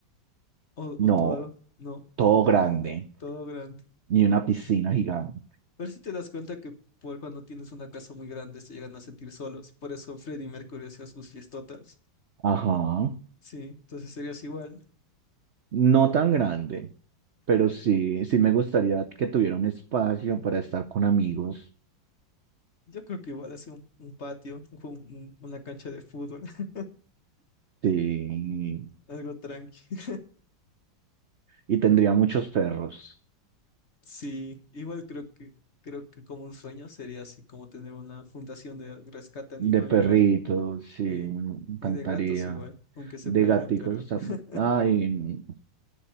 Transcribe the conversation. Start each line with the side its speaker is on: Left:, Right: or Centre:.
Left: O,
Right: No,
Left: o todo, no,
Right: todo
Left: una
Right: grande
Left: gran, todo grande.
Right: y una piscina gigante.
Left: Pero si te das cuenta que por cuando tienes una casa muy grande se llegan a sentir solos. Por eso Freddie Mercury hacía sus fiestotas.
Right: Ajá.
Left: Sí, entonces serías igual.
Right: No tan grande, pero sí, sí me gustaría que tuviera un espacio para estar con amigos.
Left: Yo creo que igual así un, un patio, un- un- una cancha de fútbol, <laughs>
Right: Sí.
Left: algo tranqui.
Right: Y tendría muchos perros.
Left: Sí, igual creo que creo que como un sueño sería así como tener una fundación de rescate animal
Right: De perritos,
Left: igual
Right: sí,
Left: sí,
Right: me encantaría.
Left: y de gatos igual, aunque se
Right: De
Left: peleen,
Right: gaticos
Left: pero
Right: también.
Left: <laughs>
Right: Ay,